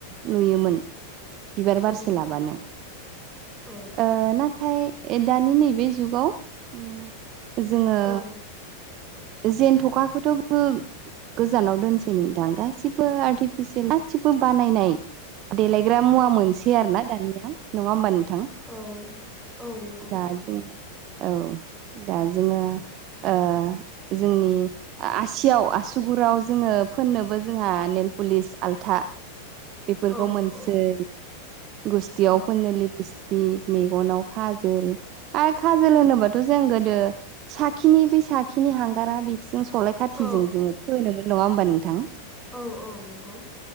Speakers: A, on the right; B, in the centre.
A: नुयोमोन बिबार बारसे
B: औ
A: लाबानो।
B: औ
A: ओ नाथाय दानि नैबे जुगाव ओम जोङो
B: औ
A: जेनथखाखौथ' गोजानाव दोनसै नोंथां गासिबो आर्टिफिसियेल गासिबो बानायनाय देलायग्रा मुवा मोनसै आरो ना दानिया नङा होमबा नोंथां?
B: औ। औ नंगौ
A: दा जोङो औ दा जोङो ओ जोंनि आसियाव आसुगुराव जोङो फोननोबो जोंहा नेेलपुलिस आल्था बेफोरखौ
B: औ
A: मोनसेै
B: औ
A: गुस्थियाव
B: औ
A: फोननो लिबिस ग मेगनाव खाजोल आरो खाजोल होनोबाथ' जों गोदो साखिनि बै साखिनि हांगारा बे जों सलाय खाथिजों
B: औ
A: जोङो फोनोमोन नङा होमबा नोंथां?
B: औ - औ नंगौ।